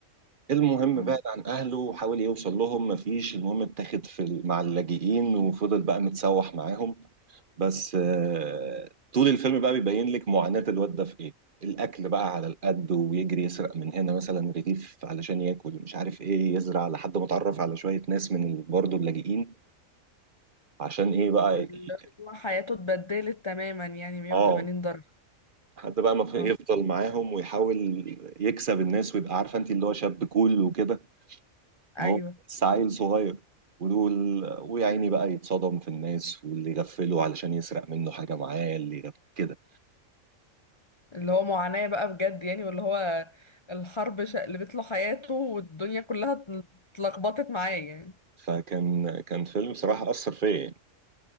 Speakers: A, on the right; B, on the left.
A: المهم
B: اه
A: بعد عن اهله وحاول يوصل لهم مفيش المهم اتاخد في ال- مع اللاجئين وفضل بقى متسوح معاهم بس آه، طول الفيلم بقى بيبين لك معاناة الواد ده في ايه الاكل بقى على القد ويجري يسرق من هنا مثلا رغيف علشان ياكل مش عارف ايه يزرع لحد ما اتعرف على شوية ناس من ال- برضه اللاجئين عشان ايه بقى
B: اللي
A: ي-
B: هو حياته اتبدلت تماما يعني 180
A: اه
B: درجة
A: حد بقى ما في-
B: اه
A: يفضل معاهم ويحاول يكسب الناس ويبقى عارفه انت اللي هو شاب كول وكده
B: ايوه
A: إن هو بس عيل صغير ودول ويا عيني بقى يتصدم في الناس واللي يغفله علشان يسرق منه حاجه معاه اللي يغف- كده
B: اللي هو معاناة بقى بجد يعني واللي هو الحرب شقلبت له حياته والدنيا كلها اتلخبطت معاه يعني
A: فكان كان فيلم صراحة أثر فيا يعني